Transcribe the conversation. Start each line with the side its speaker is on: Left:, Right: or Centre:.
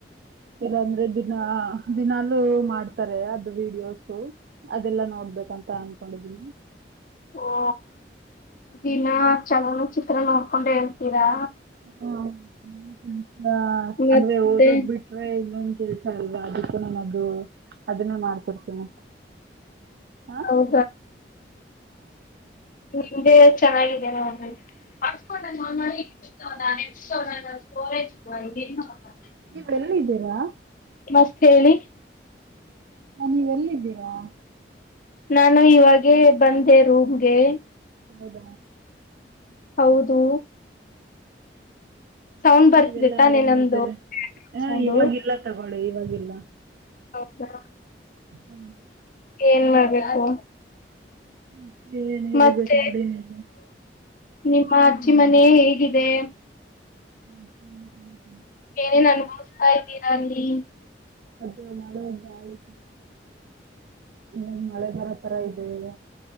Right: ಇಲ್ಲಾ ಅಂದ್ರೆ ದಿನಾ ದಿನಾಲೂ ಮಾಡ್ತಾರೆ ಅದು ವಿಡಿಯೋಸು ಅದೆಲ್ಲಾ ನೋಡ್ಬೇಕಂತ ಅನ್ಕೊಂಡಿದೀನಿ
Left: ಓ ದಿನಾ ಚಲನಚಿತ್ರ ನೋಡ್ಕೊಂಡೆ ಇರ್ತೀರಾ
Right: ಹ್ಮ <unintelligible>
Left: ಮತ್ತೆ
Right: ಅಂದ್ರೆ ಓದದ್ ಬಿಟ್ ಟ್ರೖ ಇನ್ನೊಂದ್ ಕೆಲ್ಸ ಅಲ್ವಾ ಅದಕು ನಾನದು ಅದನ್ನೇ ಮಾಡ್ ಕೊಡ್ತೇನಿ ಹಾಂ
Left: ಹಾಂ ನಿಮ್ದೆ ಚೆನ್ನಾಗಿದೆ ನೋಡ್ರಿ <unintelligible> ಸೊನಾನೆ ಸೊನಾನ <unintelligible>
Right: ನೀವ್ ಎಲ್ಲಿದ್ದೀರಾ
Left: ಮಸ್ತ್ ಹೇಳಿ
Right: ಹಾಂ ನೀವ್ ಎಲ್ಲಿದ್ದೀರಾ
Left: ನಾನು ಇವಾಗೇ ಬಂದೆ ರೂಮ್ಗೆ
Right: ಹೌದ
Left: ಹೌದು ಸೌಂಡ್
Right: ಮತ್ತೆ
Left: ಬರ್ತಿದೆ
Right: ನೀವೆಲ್ಲಾ
Left: ತಾನೆ
Right: ಆರಾಮ
Left: ನಮ್ದು
Right: ಇದ್ದ್ರ ಹ
Left: ಸೌಂಡು
Right: ಇವಾಗಿಲ್ಲ ತಗೋಳು ಇವಾಗಿಲ್ಲ
Left: ಹೌದಾ
Right: ಹ್ಮ
Left: ಏನ್ ಮಾಡ್ಬೇಕು
Right: ಹಂ ಏನ್ ಹೇಳ್ಬೇಕ್
Left: ಮತ್ತೆ
Right: ನೋಡಿ ನೀವೇ
Left: ನಿಮ್ಮ ಅಜ್ಜಿ ಮನೆ ಹೇಗಿದೆ
Right: ಹ್ಮ್ ಹ್ಮ್ ಹ್ಮ
Left: ಏನೇನ್ ಅನುಭವಿಸ್ತಾ ಇದ್ದೀರಾ ಅಲ್ಲಿ
Right: ಅದೆ ಮಳೆ ಗಾಳಿ ಇನ್ನೊಂದು ಮಳೆ ಬರೋ ತರ ಇ ಈಗ